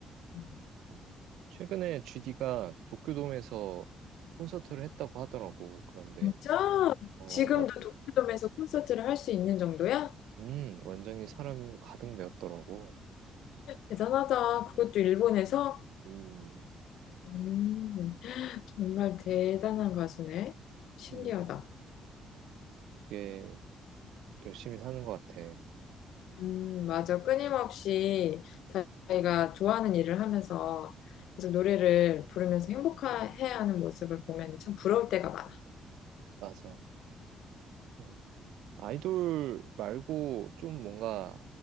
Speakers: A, on the left; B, on the right.
A: 음.
B: 음. 최근에 GD가 도쿄돔에서 콘서트를 했다고 하더라고. 그런데,
A: 진짜?
B: 어,
A: 지금도
B: 와,
A: 도쿄돔에서 콘서트를 할 수 있는 정도야?
B: 음, 완전히 사람 가득 메웠더라고.
A: 대단하다. 그것도 일본에서?
B: 음,
A: 음, 정말 대단한 가수네. 신기하다.
B: 음, 그게 열심히 사는 것 같아.
A: 음, 맞아. 끊임없이 자기가 좋아하는 일을 하면서 계속 노래를 부르면서 행복해야 하는 모습을 보면 참 부러울 때가 많아.
B: 맞아. 음. 아이돌 말고 좀 뭔가